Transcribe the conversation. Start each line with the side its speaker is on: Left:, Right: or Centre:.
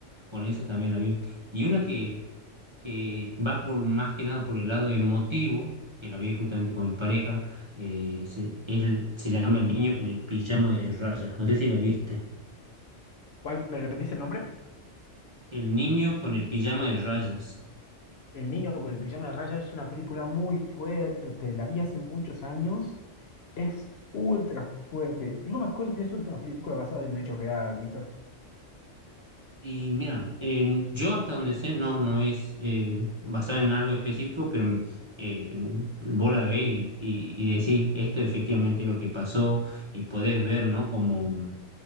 Right: con esa también la vi. Y una que, que va por más que nada por el lado emotivo, que la vi justamente con mi pareja, eh, se, es- se llama El niño con el pijama de rayas. No sé si la viste.
Left: ¿Cuál me repetís el nombre?
Right: El niño con el pijama de rayas.
Left: El niño con el pijama de rayas es una película muy fuerte, la vi hace muchos años, es ultra fuerte. Yo no me acuerdo si eso es una película basada en un hecho real, Víctor.
Right: Y mira, eh, yo hasta donde sé, no, no es eh, basado en algo específico, pero eh, vos la ves y, y, y decís, esto efectivamente es lo que pasó y podés ver, ¿no? Como